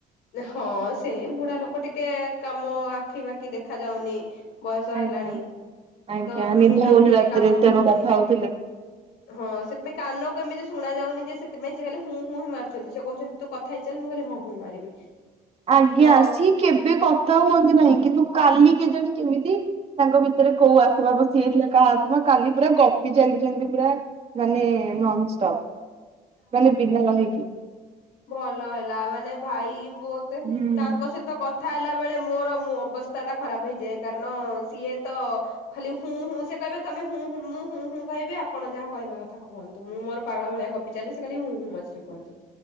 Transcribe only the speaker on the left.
ହଁ ସେ ବୁଢା ଲୋକ ଟିକେ କାମ ଆଖି ବାଖି ଦେଖା ଯାଉନି। ବୟସ
ହେଲାଣି
ତ ଏବେ
ମୁଣ୍ଡ
ବି ଟିକେ
କାମ
କରୁନି
ହଁ ସେଥିପାଇଁ କାନକୁ ଏମିତି ଶୁଣା ଯାଉନି ଯେ ସେଥିପାଇଁ ସେ ଖାଲି ହୁଁ ହୁ ହିଁ ମାରୁଚନ୍ତି ସେ କହୁଚନ୍ତି ତୁ କଥା ହେଇଚିଲ ମୁଁ କହିଲି ହଁ ହଁ ମାରିବି।
ତ
ଭଲହେଲା ମାନେ ଭାଈ ବୋଉତୁ
ତାଙ୍କ ସହିତ କତ୍ ଥା ହେଲା ବେଳେ ମୋର ଅବସ୍ଥା ଟା ଖରାପ ହେଇଯାଏ କାରଣ ସିଏ ତ ଖାଲି ହୁଁ ହୁଁ ସେ କହିବେ ତମେ ହୁଁ ହୁଁ ମୁଁ ହୁଁ ହୁଁ କହିବି ଆପଣ ଯାହା କହିବା କଥା କୁହନ୍ ନ୍ତୁ ମୁଁ ମୋର ପାାଗଳ ଭଳିଆ ଗପି ଚାଲିଲି ସେ ଖାଲି ହୁଁ ହୁଁ ମଝିରେ କୁହନ୍ତି।